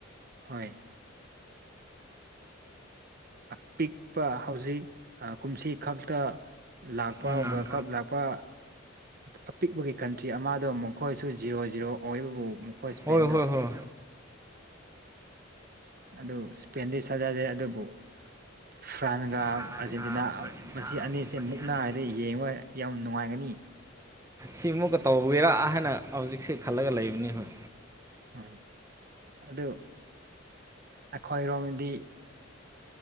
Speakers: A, on the right; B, on the right.
A: ꯍꯣꯏ ꯑꯄꯤꯛꯄ ꯍꯧꯖꯤꯛ ꯀꯨꯝꯁꯤ ꯈꯛꯇ ꯂꯥꯛꯄ
B: ꯎꯝ
A: ꯋꯥꯔꯜ ꯀꯞ ꯂꯥꯛꯄ ꯑꯤꯛꯄꯒꯤ ꯀꯟꯇ꯭ꯔꯤ ꯑꯃꯗꯣ ꯃꯈꯣꯏꯁꯨ ꯖꯤꯔꯣ ꯖꯤꯔꯣ ꯑꯣꯏꯕꯕꯨ ꯃꯈꯣꯏ ꯁ꯭ꯄꯦꯟꯗꯣ
B: ꯍꯣꯏ ꯍꯣꯏ ꯍꯣꯏ
A: ꯑꯗꯨ ꯏꯁꯄꯦꯟꯗꯤ ꯊꯗꯗꯦ ꯑꯗꯨꯕꯨ ꯐ꯭ꯔꯥꯟꯒ ꯑꯥꯔꯖꯦꯟꯇꯤꯅꯥ
B: ꯐ꯭ꯔꯥꯟꯁꯀ ꯑꯥꯔꯖꯦꯟꯇꯤꯅꯥ
A: ꯃꯁꯤ ꯑꯅꯤꯁꯤ
B: ꯃꯁꯤ
A: ꯃꯨꯛꯅꯥꯏꯉꯏꯗ
B: ꯑꯅꯤꯁꯦ
A: ꯌꯦꯡꯉꯣꯏ ꯌꯥꯝ ꯅꯨꯡꯉꯥꯏꯒꯅꯤ
B: ꯁꯤꯃꯨꯛꯀ ꯇꯧꯕꯤꯔꯥ ꯍꯥꯏꯅ ꯍꯧꯖꯤꯛꯁꯦ ꯈꯜꯂꯒ ꯂꯩꯕꯅꯤ ꯍꯣꯏ
A: ꯍꯣꯏ ꯑꯗꯨ ꯑꯩꯈꯣꯏꯔꯣꯝꯗꯤ